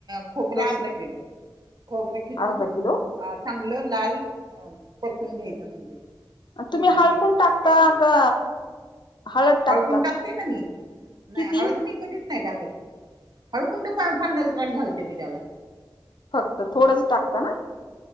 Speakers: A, on the right; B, on the left.
A: खोबरं
B: लस
A: अर्धा किलो खोबरं खिचून
B: अर्धा किलो
A: अ चांगलं लाल अ परतून घ्यायचं म्हणजे तळून
B: तुम्ही
A: घ्यायचं
B: हळकून टाकता
A: तेलामध्ये
B: का हळद टाकता
A: हळकुंड टाकते ना मी नाही
B: किती
A: हळद मी कधी नाही टाकत हळकुं पन्नास ग्राम घालते मी त्याला
B: फक्त थोडंच टाकता ना